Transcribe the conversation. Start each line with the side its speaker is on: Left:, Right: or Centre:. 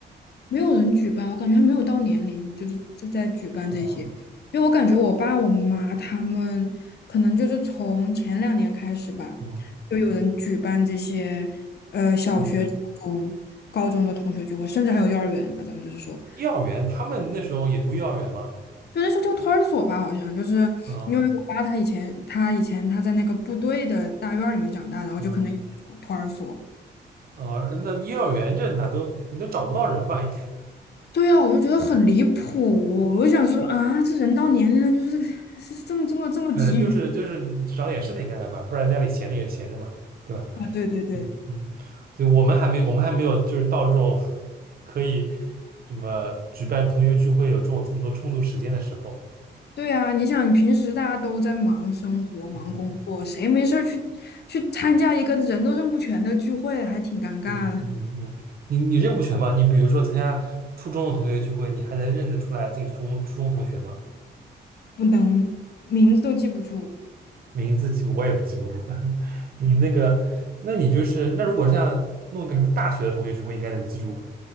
Left: 没有人举办，我感觉还没有到年龄，就是在在举办这些，
Right: 啊，
Left: 因为我感觉我爸我妈他们可能就是从前两年开始吧，
Right: 嗯，
Left: 就有人举办这些，呃，小学、
Right: 聚会。
Left: 初中、高中的同学聚会，甚至还有幼儿园那咱们就是说，
Right: 幼儿园，他们那时候也读幼儿园吗？
Left: 就那时候叫托儿所吧，好像就是
Right: 啊，
Left: 因为我爸他以前他以前他在那个部队的大院里面长大，然后就可能有那种托儿所。
Right: 啊，哦，那幼儿园这哪都你都找不到人吧？应该，
Left: 对呀，我就觉得很离谱，我就想说啊，这人到年龄了就是是这么这么这么急于
Right: 嗯，就是就是找点事情干干吧，不然家里闲着也是闲着嘛，对吧？
Left: 啊，对对对
Right: 嗯，所以我们还没我们还没有就是到这种 <laughs> 可以什么举办同学聚会有这种这么多充足时间的时候。
Left: 对啊！你想平时大家都在忙生活、忙工作，
Right: 嗯
Left: 谁没事儿去去参加一个人都认不全的聚会，还挺尴尬的，
Right: 嗯嗯嗯，你你认不全吗？你比如说参加初中的同学聚会，你还能认得出来自己的初中初中同学吗？
Left: 不能名字都记不住。
Right: 名字记不我也记不住。<laughs> 你那个，那你就是那如果是要弄个什么大学的同学聚会，应该能记住吧？